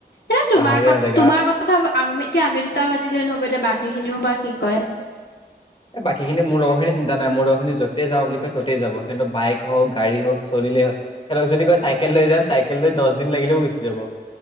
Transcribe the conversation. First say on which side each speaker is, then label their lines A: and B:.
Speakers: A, on the left; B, on the left.
A: এতা তোমাৰ
B: পাহাৰীয়া
A: ক
B: জেগা
A: তোমাৰ কথা আমি এতিয়া আমি দুটা পাতিলে নহব এতিয়া বাকী খিনিও বা কি কয়
B: এই বাকীখিনি মোৰ লগৰখিনি চিন্তা নাই মোৰ লগৰখিনি যতেই যাওঁ বুলি কয় ত'তেই যাব। সিহঁত বাইক হওক গাড়ী হওক চলিল হ'ল। সিহঁতক যদি কয় চাইকেল লৈ যাম চাইকেল লৈ দছ দিন লাগিলেও গোচি যাব।